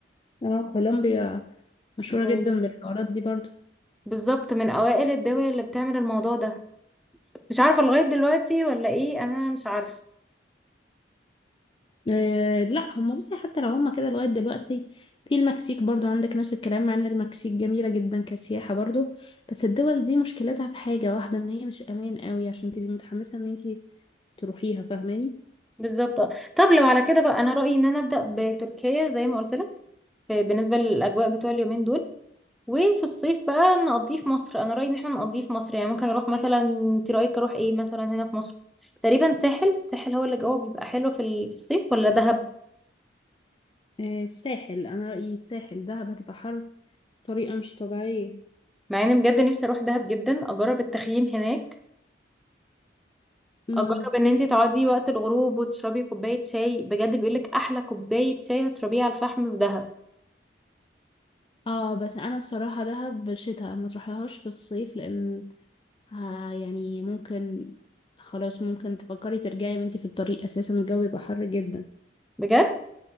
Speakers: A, on the left; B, in the centre.
A: اه كولومبيا مشهورة
B: من-
A: جدا بالحوارات دي برضو
B: بالظبط من أوائل الدول اللي بتعمل الموضوع ده مش عارفة لغاية دلوقتي ولا إيه أنا مش عارفة
A: أه لا هم بصي حتى لو هم كده لغاية دلوقتي في المكسيك برضو عندك نفس الكلام مع ان المكسيك جميلة جدا كسياحة برضو بس الدول دي مشكلتها في حاجة واحدة ان هي مش امان قوي عشان تبقي متحمسة ان انتي تروحيها فاهماني
B: بالظبط طب لو على كده بقى أنا رأيي إن أنا أبدأ بتركيا زي ما قلت لك في- بالنسبة للأجواء بتوع اليومين دول وفي الصيف بقى نقضيه في مصر أنا رأيي إن احنا نقضيه في مصر يعني ممكن أروح مثلا أنت رأيك أروح إيه مثلا هنا في مصر تقريبا ساحل الساحل هو اللي جوه بيبقى حلو في ال- في الصيف ولا دهب
A: أه الساحل انا رأيي الساحل دهب هتبقى حر بطريقة مش طبيعية
B: مع إني بجد نفسي أروح دهب جدا أجرب التخييم هناك
A: امم
B: أجرب إن أنت تقعدي وقت الغروب وتشربي كوباية شاي بجد بيقولك أحلى كوباية شاي هتشربيها على الفحم في دهب
A: اه بس انا الصراحة دهب شتاء ما تروحيهاش في الصيف لان آه يعني ممكن خلاص ممكن تفكري ترجعي وانتي في الطريق اساسا الجو بيبقى حر جدا
B: بجد